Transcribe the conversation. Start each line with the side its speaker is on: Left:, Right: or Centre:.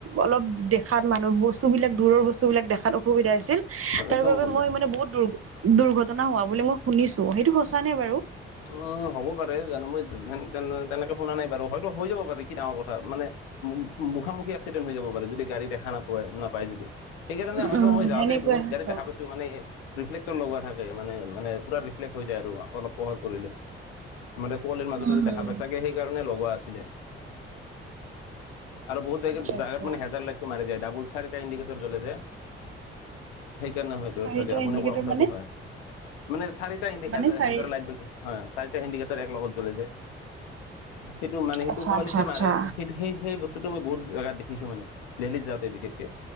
Right: অলপ দে খাত মানুহ, বস্তুবিলাক দূৰৰ বস্তুবিলাক দেখাত অসুবিধা হৈছিল। তাৰ
Left: একদম
Right: বাবে
Left: অসুবিধা
Right: মই মানে বহুত দুৰ্ঘটনা হোৱা বুলি মই শুনিছোঁ সেইটো সঁচানে বাৰু?
Left: উম, হ'ব পাৰে, জানো মই তেনেকে শুনা নাই বাৰু, হয়তো হৈ যাব পাৰে কি ডাঙৰ কথা মানে মু-মুখামুখি এক্সিডেণ্ট হৈ যাব পাৰে যদি গাড়ী দেখা নাপা-নাপায় যদি। সেইকাৰণে
Right: উম
Left: হয়তো
Right: উম
Left: মই যাওঁতে
Right: সেনেকুৱাই
Left: বহুত গাড়ী
Right: সঁচা
Left: দেখা পাইছোঁ মানে ৰিফ্লেক্টৰ লগোৱা থাকে, মানে মানে পূৰা ৰিফ্লেক্ট হৈ যায় আৰু অলপ পোহৰ কৰিলে। মানে কোৱলিৰ মাজতো
Right: উম
Left: যে
Right: হুম
Left: দেখা পাই ছাগে সেইকাৰণে লগোৱা আছিলে। আৰু বহুত জেগা-জাগাত
Right: আচ্ছা আচ্ছা
Left: মানে হেজাল লাইট টো মাৰি দিয়ে, ডাবুল চাৰিটা ইণ্ডিকেটৰ জ্বলে যে, সেইকাৰণে হয়। <unintelligible>
Right: চাৰিটা
Left: চাগে আপুনি
Right: ইণ্ডিকেটৰ
Left: কোৱা কথাটো
Right: মানে
Left: হয়। মানে চাৰিটা <unintelligible>
Right: মানে চাৰি
Left: হেজেৰ লাইট হে, চাৰিটা হিণ্ডিকেটৰ লাইট এক লগত জ্বলে যে। সেইটো মানে সেইটো
Right: আচ্ছা
Left: কোৱালিটি
Right: আচ্ছা আচ্ছা
Left: মাৰে সেইটো সেই সেই বস্তুটো মই বহুত জেগাত দেখিছোঁ মানে দিল্লীত যাওঁতে বিশেষকে,